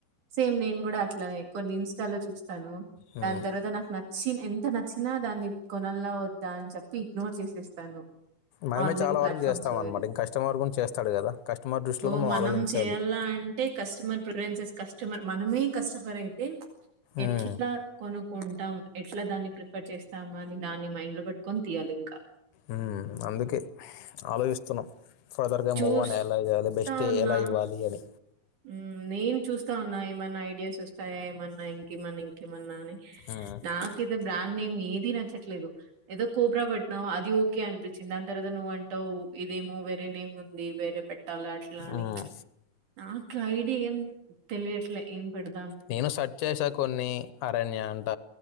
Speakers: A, on the right; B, on the left.
A: సేమ్ నేను కూడా అట్లనే కొన్ని ఇన్స్టాలో చూస్తాను
B: హ్మ్.
A: దాని తర్వాత నాకు నచ్చ చ్చి ఎంత నచ్చినా దాన్ని కొనల్ల వద్దా అని చెప్పి ఇగ్నోర్ చేసేస్తాను
B: మనమే
A: ఆన్లైన్
B: చాలా
A: ప్లాట్ఫామ్స్
B: వరకు చేస్తాం
A: లో
B: అనమాట
A: వేరే చూ
B: ఇంక కస్టమర్ కూడా చేస్తాడు కదా కస్టమర్ దృష్టిలో
A: సో
B: కూడా
A: మనం
B: ఆలోచించాలి
A: చేయాలా అంటే అంటే కస్టమర్ ప్రిఫరెన్సెస్ కస్టమర్ మనమే కస్టమర్ అయితే
B: ఉమ్,
A: ఎట్లా కొను కుంటాం ఎట్లా దాన్ని ప్రిఫర్ చేస్తామ అని దాన్ని మైండ్ లో పెట్టుకొని తీయాలి ఇంకా
B: ఉమ్, అందుకే ఆలోచిస్తున్నాం ఫర్దర్గా
A: చూస్తా
B: మూవ్ అని ఎలా చేయాలి బెస్ట్
A: ఉన్నా
B: ఎలా ఇవ్వాలి అని
A: ఉమ్ నేను చూస్తా ఉన్నా ఏమన్నా ఐడియాస్ వస్తాయా ఏమన్నా ఇంకేమన్నా ఇంకేమన్నా అని
B: ఉమ్,
A: నాకి ఏద బ్రాండ్ నేమ్ ఏది నచ్చట్లేదు ఏదో కోబ్రా పెట్నావు అది ఓకే అనిపించింది దాని తర్వాత నువ్వు అం టావ్ ఇదేమో వేరేనేమో ఉంది వేరే పెట్టాలి అట్లా అని
B: ఉమ్.
A: ప్చ్ నాకు ఐడియా ఏం తెలియట్లా ఏం పెడుదు
B: నేను సర్చ్ చేసా కొన్ని అ అరణ్య అంట